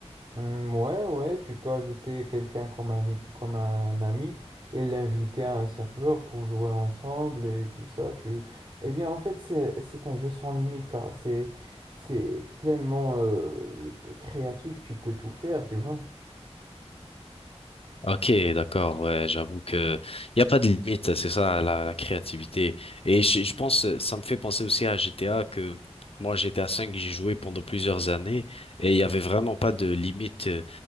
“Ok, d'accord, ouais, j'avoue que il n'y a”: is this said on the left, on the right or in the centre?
Left